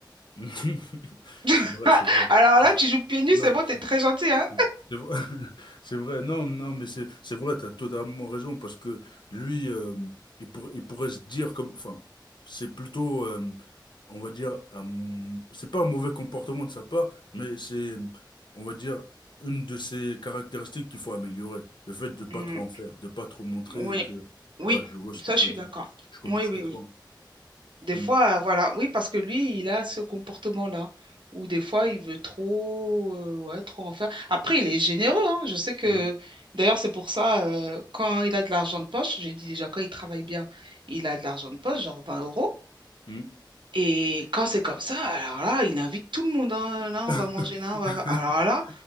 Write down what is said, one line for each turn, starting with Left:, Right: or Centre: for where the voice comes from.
Left: <laughs> C'est
Right: <laughs>
Left: vrai, c'est vrai.
Right: Alors là,
Left: C'est-
Right: tu joues pieds nus,
Left: Non,
Right: c'est bon,
Left: c'est
Right: t'es très gentil,
Left: c'est-
Right: hein?
Left: c'est vrai. <laughs> C'est vrai, non, non, mais c'est c'est vrai, tu as totalement raison, parce que lui, euh, il, pour- il pourrait se dire comme, enfin, c'est plutôt euh, on va dire, un- c'est pas un mauvais comportement de sa part, mais c'est, on va dire, une de ses caractéristiques qu'il faut améliorer. Le fait de pas
Right: Mm,
Left: trop en faire, de pas trop montrer
Right: Oui,
Left: et que,
Right: oui,
Left: ouais, je vois ce que
Right: ça
Left: tu
Right: je suis
Left: veux dire.
Right: d'accord.
Left: Je comp-
Right: Oui,
Left: je
Right: oui,
Left: comprends.
Right: oui. Des
Left: Hmm,
Right: fois, euh, voilà, oui, parce que lui, il a ce comportement-là, où des fois, il veut trop, euh, ouais, trop en faire. Après, il est généreux, hein. Je sais que,
Left: hmm,
Right: d'ailleurs, c'est pour ça, euh, quand il a de l'argent de poche, j'ai dit déjà, quand il travaille bien, il a de l'argent de poche, genre 20 euros.
Left: hmm.
Right: Et quand c'est comme ça, alors là, il invite tout le monde. hein. Là,
Left: <laughs>
Right: on va manger, là, on va... Alors là,